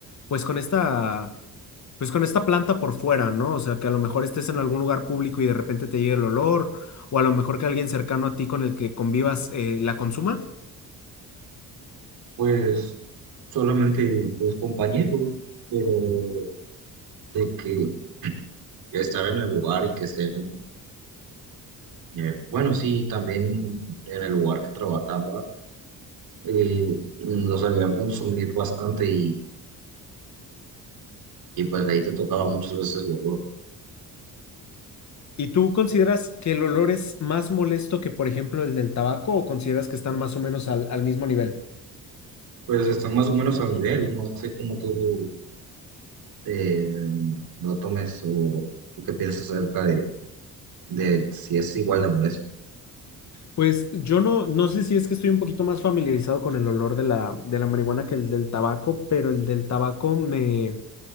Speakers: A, on the left; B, on the right.
A: pues con esta, pues con esta planta por fuera, ¿no? O sea, que a lo mejor estés en algún lugar público y de repente te llegue el olor, o a lo mejor que alguien cercano a ti con el que convivas eh, la consuma.
B: Pues solamente pues compañeros, pero de que estar en el lugar y que estén Eh, bueno, sí, también en el lugar que trabajaba eh, los habían consumido bastante y, y pues ahí te tocaba muchas veces luego.
A: ¿Y tú consideras que el olor es más molesto que, por ejemplo, el del tabaco o consideras que están más o menos al, al mismo nivel?
B: Pues están más o menos al nivel, no sé cómo tú eh, lo tomes o tú qué piensas acerca de, de si es igual de molesto.
A: Pues yo no, no sé si es que estoy un poquito más familiarizado con el olor de la, de la marihuana que el del tabaco, pero el del tabaco me,